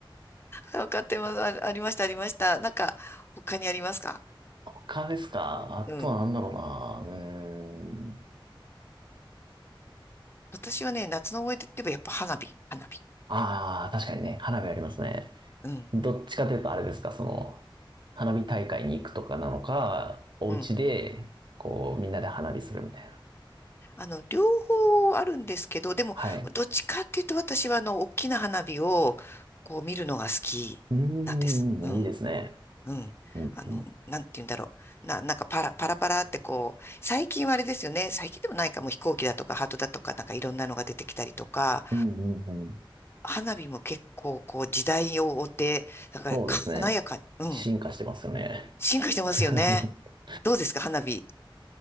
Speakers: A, on the left; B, on the right.
A: わかってます。あ、ありました、ありました。なんか、他にありますか
B: 他ですかあとなんだろうな。
A: うん。
B: うーん。
A: 私はね、夏の思い出って言えばやっぱ花火、花火。
B: ああ、確かにね、花火ありますね。
A: うん。
B: どっちかというとあれですか、その、花火大会に行くとかなのか、お家で、
A: うん。
B: こう、みんなで花火するみたいな。
A: あの、両方あるんですけど、でも、
B: はい。
A: どっちかっていうと私はあの、大きな花火を、こう見るのが好きなんです。
B: うーん、
A: うん。
B: いいですね。
A: うん。
B: うん、
A: あの、
B: うん、
A: なんて言うんだろう。な、なんかパラ、パラパラってこう、最近はあれですよね。最近でもないかも飛行機だとかハートだとかなんかいろんなのが出てきたりとか、
B: うん、うん。うん
A: 花火も結構こう時代を追って、なんか華やかに、
B: そうですね。
A: うん。
B: 進化してますよね。
A: 進化してますよね。
B: <laughs>
A: どうですか、花火。